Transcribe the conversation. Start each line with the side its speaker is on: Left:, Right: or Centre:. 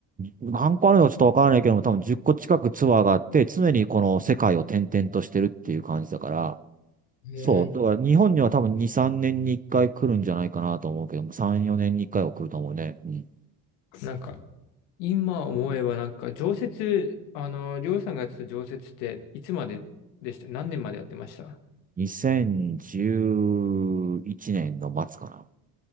Right: 何個あるのかちょっとわからないけども、多分10個近くツアーがあって、常にこの世界を転々としてるっていう感じだから、
Left: え
Right: そう。だから日本には多分2、3年に1回来るんじゃないかなと思うけども、3、4年に1回は来ると思うね。うん。
Left: なんか、今思えばなんか、常設、あの、りょうさんがやってた常設って、いつまででした何年までやってました
Right: 2011年の末かな。